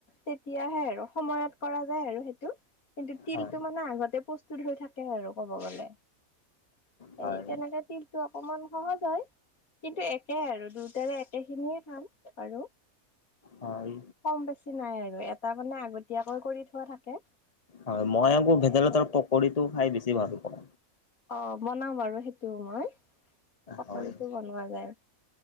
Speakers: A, on the left; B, on the left.
A: তেতিয়াহে আৰু সময়ত কৰা যায় আৰু সেইটো। কিন্তু তিলটো
B: হয়
A: মানে আগতে প্ৰস্তুত হৈ থাকে আৰু কব গ'লে। সেই
B: হয়
A: তেনেকে তিল। অকমান সহজ হয় কিন্তু একে আৰু দুয়টাৰে একে খিনিয়ে। আৰু।
B: হয়
A: কম বেছি নাই আৰু এটা মানে আগতীয়াকৈ কৰি থোৱা থাকে।
B: হয়, মই আকৌ
A: আৰু
B: ভেদাইলতাৰ
A: এটা
B: পকৰীটো খাই বেছি ভাল পাওঁ।
A: অ, বনাও বাৰু সেইটোও মই পকৰীটো
B: হয়
A: বনোৱা যায়।